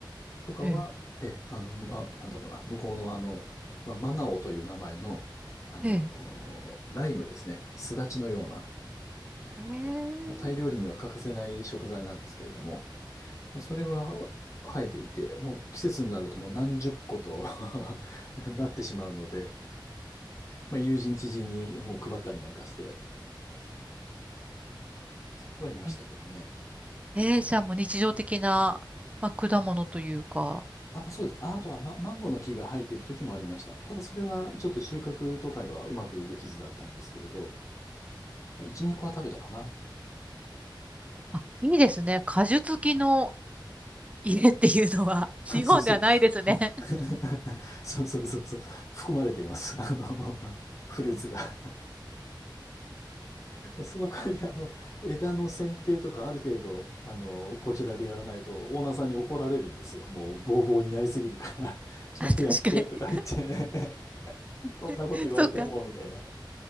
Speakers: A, on the left (about 40°); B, on the right (about 15°).
A: とかは、
B: ええ。
A: え、あの、まあ、なんだろうな、向こうのあの、まあ、マナオという名前の、あの、
B: ええ。
A: ライムですね。すだちのような、
B: え
A: そう、もうタイ料理には欠かせない食材なんですけれども、まあそれは生えていて、もう季節になるともう何十個と <laughs> なってしまうので、まあ、友人知人にもう配ったりなんかしてはいましたけどね。
B: えええー、じゃあもう日常的な、まあ、果物というか。
A: あ、まあ、そうです。あ、あとは、ま、マンゴーの木が生えている時もありました。ただそれはちょっと収穫とかにはうまくできずだったんですけれど、まあ、1、2個は食べたかな。
B: あ、いいですね。果樹付きの家っていうのは、<laughs> 日本ではないですね。
A: <laughs> そうそう。<laughs>
B: <laughs>
A: そうそうそうそう。含まれています。あの、フルーツが。その代わり、あの、枝の剪定とかある程度、あの、こちらでやらないと、オーナーさんに怒られるんですよ。もう、ボーボーになりすぎるから <laughs> ちゃんとやって、
B: あ確かに。
A: とか言って <laughs> そんなこと言われても、
B: <laughs> そっか。
A: みたいな。